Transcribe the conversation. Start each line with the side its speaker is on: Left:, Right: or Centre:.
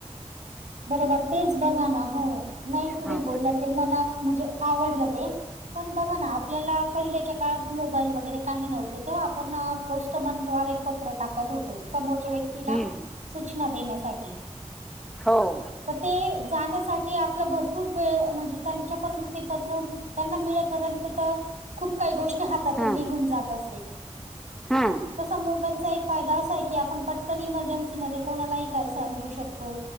Right: बरोबर तेच बघा ना हो नाही तुम्ही
Centre: हा
Right: बोललं ते मला म्हणजे आवडलं ते पण बघा ना आपल्याला पडल्याच्या काळात मोबाईल वगैरे काही नव्हते तेव्हा आपण पोस्टमनद्वारे पत्र टाकत होत समोरच्या व्यक्तीला
Centre: हम्म
Right: सूचना देण्यासाठी
Centre: हो.
Right: त ते <unintelligible> जाण्यासाठी आपला भरपूर वेळ म्हणजे त्यांच्यापर्यंत ते पत्र त्यांना मिळेपर्यंत तर खूप काही गोष्टी हातातून
Centre: हा
Right: निघून जात असते
Centre: हा
Right: तसा मोबाईलचा ही एक फायदा असा आहे की आपणपटकन इमर्जन्सी मध्येकोणालाही काही सांगू शकतो